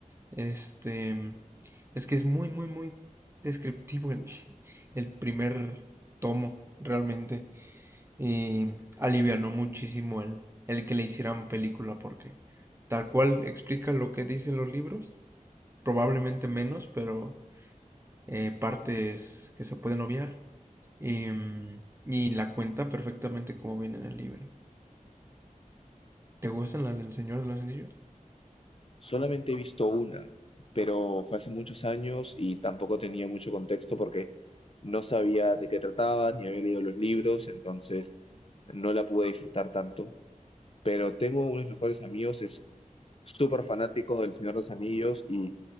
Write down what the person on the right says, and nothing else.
Este, es que es muy, muy, muy descriptivo el, el primer tomo, realmente. Y alivianó muchísimo el, el que le hicieran película, porque tal cual explica lo que dicen los libros, probablemente menos, pero eh, partes que se pueden obviar. Y, mm, y la cuenta perfectamente como viene en el libro. ¿Te gustan las del Señor de los Anillos?